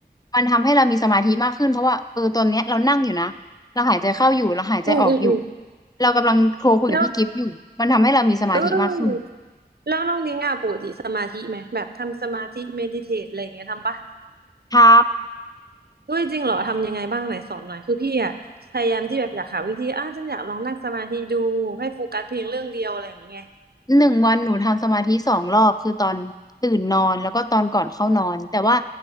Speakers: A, on the left (about 20°); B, on the right (about 65°).
A: มันทำให้เรามีสมาธิมากขึ้นเพราะว่าเออตอนเนี้ยเรานั่งอยู่นะ เราหายใจเข้าอยู่ เราหายใจออกอยู่
B: อืมอืมอืม
A: เรากำลังโทรคุยกับพี่กิฟต์อยู่มันทำให้เรามีสมาธิมากขึ้น
B: แล้วเออแล้วน้องนิ้งอ่ะปกติสมาธิไหมแบบทำสมาธิเมดิเทตอะไรอย่างเงี้ยทำปะ
A: ทำ
B: เฮ้ยจริงเหรอทำยังไงบ้างไหนสอนหน่อยคือพี่อ่ะพยายามที่แบบอยากหาวิธีอ่ะฉันอยากลองนั่งสมาธิดูให้โฟกัสเพียงเรื่องเดียวอะไรอย่างเงี้ย
A: หนึ่งวันหนูทำสมาธิสองรอบคือตอนตื่นนอนแล้วก็ตอนก่อนเข้านอนแต่ว่า